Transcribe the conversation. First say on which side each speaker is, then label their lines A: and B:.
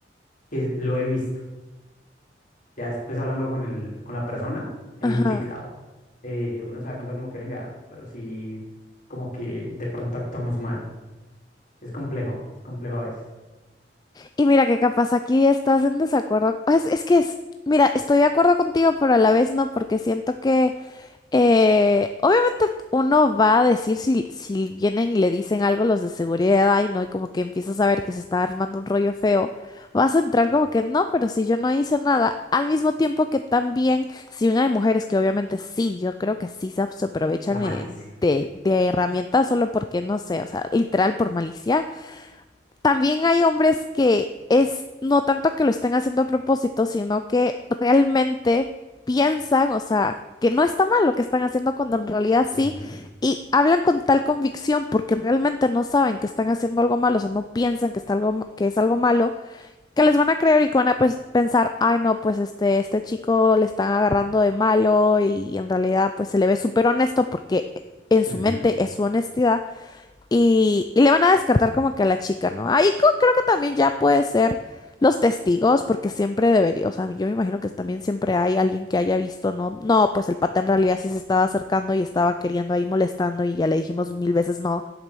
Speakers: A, on the left (about 45°); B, on the left (about 20°).
A: que lo he visto. Ya después hablando con el, con la persona, el
B: ajá.
A: implicado, eh, uno se da cuenta como que venga, pero sí, como que de pronto actuamos mal. Es complejo, es complejo a veces.
B: Y mira que capaz aquí estás en desacuerdo. Es, es que es, mira, estoy de acuerdo contigo, pero a la vez no, porque siento que eh, obviamente uno va a decir si, si vienen y le dicen algo los de seguridad, y ¿no? Y como que empiezas a ver que se está armando un rollo feo, vas a entrar
A: Ujú,
B: como que no, pero si yo no hice nada, al mismo tiempo que también, si bien hay mujeres que obviamente sí, yo creo que sí se, ap- se aprovechan
A: La malicia.
B: eh, de, de herramientas solo porque, no sé, o sea, literal por malicia. También hay hombres que es no tanto que lo estén haciendo a propósito, sino que realmente piensan, o sea, que no está mal lo que están haciendo cuando en realidad sí,
A: ujú,
B: y hablan con tal convicción porque realmente no saben que están haciendo algo malo, o sea, no piensan que está algo, ma- que es algo malo, que les van a creer y que van a pues, pensar, ay no, pues este, este chico le están agarrando de malo y en realidad pues se le ve súper honesto porque en su
A: ujú,
B: mente es su honestidad. Y, y le van a descartar como que a la chica, ¿no? Ahí co- creo que también ya puede ser los testigos, porque siempre debería, o sea, yo me imagino que también siempre hay alguien que haya visto, ¿no? No, pues el pata en realidad sí se estaba acercando y estaba queriendo ahí molestando y ya le dijimos mil veces no